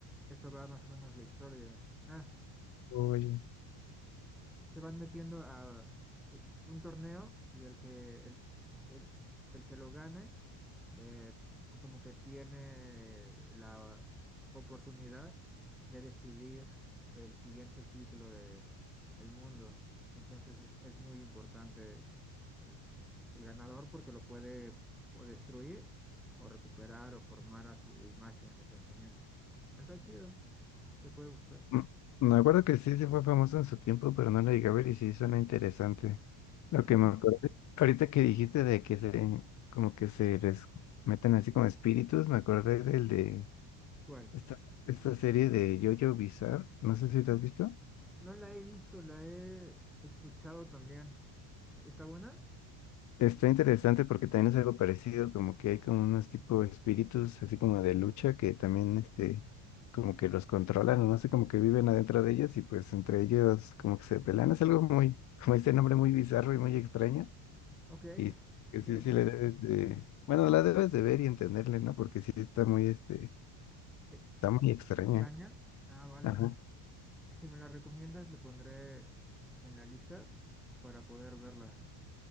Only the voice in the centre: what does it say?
eso va más o menos la historia. Ah,
s- s- se van metiendo a u- un torneo y el que, el, el- el que lo gane, eh, co- como que tiene la oportunidad de decidir el siguiente ciclo de el mundo. Entonces es muy importante eh, el ganador porque lo puede o destruir o recuperar o formar a su imagen o pensamiento. Está chido, te puede gustar.
<laughs> Ajá,
Sí,
¿cuál?
No la he visto, la he escuchado también. ¿Está buena?
Ok,
ok,
ok.
Eh,
¿Extraña? Ah, vale.
Si me la recomiendas, le pondré en la lista para poder verla.